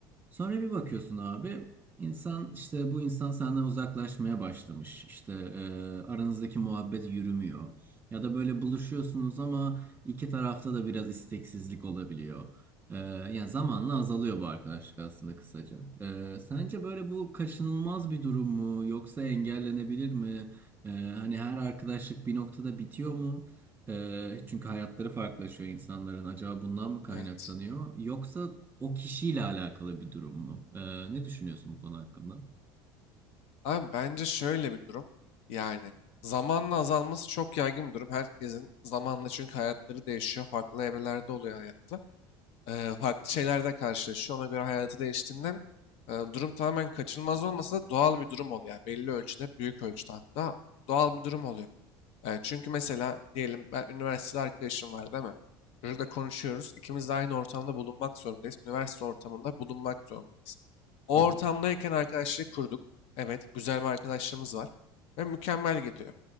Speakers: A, on the right; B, on the left.
A: Sonra bir bakıyorsun abi. İnsan işte bu insan senden uzaklaşmaya başlamış. İşte e, aranızdaki muhabbet yürümüyor. Ya da böyle buluşuyorsunuz ama iki tarafta da biraz isteksizlik olabiliyor. E, yani zamanla azalıyor bu arkadaşlık aslında kısaca. E, sence böyle bu kaçınılmaz bir durum mu yoksa engellenebilir mi? E, hani her arkadaşlık bir noktada bitiyor mu? E, çünkü hayatları farklılaşıyor insanların. Acaba bundan mı kaynaklanıyor?
B: Evet.
A: Yoksa o kişiyle alakalı bir durum mu? Ee, ne düşünüyorsun bu konu hakkında?
B: Abi bence şöyle bir durum. Yani zamanla azalması çok yaygın bir durum. Herkesin zamanla çünkü hayatları değişiyor. Farklı evrelerde oluyor hayatta. Ee, farklı şeylerle karşılaşıyor. Ona göre hayatı değiştiğinden e, durum tamamen kaçınılmaz olmasa da doğal bir durum oluyor. Yani belli ölçüde, büyük ölçüde hatta doğal bir durum oluyor. E, çünkü mesela diyelim ben üniversitede arkadaşım var değil mi? Çocukla konuşuyoruz. İkimiz de aynı ortamda bulunmak zorundayız. Üniversite ortamında bulunmak zorundayız. O
A: Hı hı.
B: ortamdayken arkadaşlığı kurduk. Evet, güzel bir arkadaşlığımız var. Ve mükemmel gidiyor.